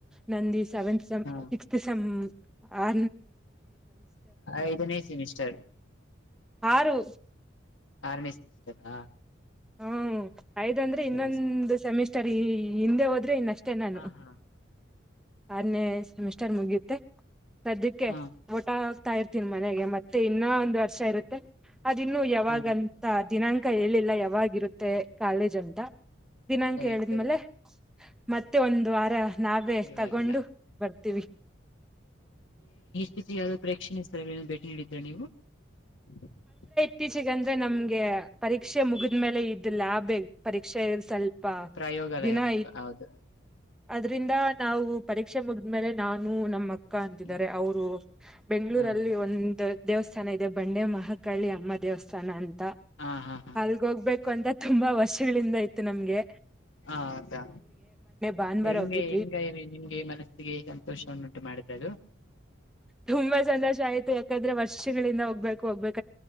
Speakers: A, in the centre; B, on the left.
A: ನಂದಿ ಸೆಂವತ್ ಸೇಮ್
B: ಹ
A: ಸಿಕ್ತ್ ಸೇಮ್ ಹಾ
B: ಐದನೇ ಸೆಮಿಸಿಸ್ಟರ್
A: ಆರು
B: ಆರನೇ ಸೆಮಿಸ್ಟರ್ ಹಾ
A: ಹ್ಮ ಐದಂದ್ರೆ
B: ಸರಿ
A: ಇನ್ನೊಂದ್
B: ಸರಿ
A: ಸೆಮಿಸ್ಟರ್. ಷ್ಟರಿ ಹಿಂದೆ ಹೋದ್ರೆ ಇನ್ನಷ್ಟ. ಅಷ್ಟೆ ನಾನು
B: ಹಾ ಹಾ
A: ಆರನೇ ಸೆಮಿಸ್ಟರ್ ಮುಗಿಯುತ್ತೆ. ಸದ್ಯಕ್ಕೆ
B: ಹಾ
A: ಊಟ ಆಗ್ತಾ ಇರ್ತಾ. ನ್ ಮನೆಗೆ ಮತ್ತೆ ಇನ್ನ ಒಂದ್ ವರ್ಷ ಇರುತ್ತೆ. ಅದಿನ್ನು ಯಾವಾಗಂತ
B: ಹಾ
A: ದಿನಾಂಕ. ಹೇಳಿಲ್ಲ ಯಾವಾಗಿರುತ್ತೆ ಕಾಲೇಜ್ ಅಂತಾ ದಿನಾಂಕ
B: ಸರಿ
A: ಹೇಳಿದ್ಮೇಲೆ
B: ಸರಿ
A: ಮತ್ತೆ ಒಂದ್ ದ್ವಾರ ನಾವೇ.
B: ಪರವಾಗಿಲ್ಲ
A: ತಗೊಂಡು ಬರ್ತೀವಿ
B: <unintelligible> ಅರ್ಥ ಆಗಲಿಲ್ಲ ನೀವು
A: ಇತ್ತೀಚೆಗೆ ಅಂದ್ರೆ ನಮ್ಗೆ ಪರೀಕ್ಷೆ ಮುಗಿದ ಮೇಲೆ ಇದ ಲ್ಾಬ್ ಪರೀಕ್ಷೆ ಸ್ವಲ್ಪ.
B: ಪ್ರಯೋಗಾಲಯ
A: ದಿನ
B: ಹೌದು
A: ಅದ್ರಿಂದ ನಾವು ಪರೀಕ್ಷೆ ಮುಗಿದಮೇಲೆ ನಾನು ನಮ್ಮ ಅಕ್ಕ್. ಅಕ್ಕ ಅಂತಿದ್ದಾರೆ
B: ಹ್ಮ್
A: ಅವರು ಬೆಂಗಳೂರುಅಲ್ಲಿ
B: ಹಾ
A: ಒಂದ್ ದೇವಸ್ಥಾನ ಇದೆ ಬಂಡೆ ಮಹಾಕಾಳಿ ಅಮ್ಮ ದೇವಸ್ಥಾನ ಅಂತಾ.
B: ಹಾ ಹಾ ಹಾ
A: ಅಲ್ಲಿಗೆ ಹೋಗ್ಬೇಕು ಕಂತ ತುಂಬಾ ವರ್ಷಗಳಿಂದ ಇತ್ತು ನಮ್ಮಗೆ.
B: ಹಾ ಅದಾ
A: ಭಾನುವಾರ
B: ಹೆಂಗೆ
A: ಹೋಗಿದ್ವಿ
B: ಹೆಂಗ ನಿಮ್ಗೆ ಮನಸ್ಸಿಗೆ ಸಂತೋಷವನ್ನುಂಟು ಮಾಡಿದ್ರೆದು.
A: ತುಂಬಾ ಸಂತೋಷ ಆಯ್ತು ಯಾಕಂದ್ರೆ ವರ್ಷಗಳಿಂದ ಹೋಗ್ಬೇಕು ಹೋಗ್ಬೇಕು.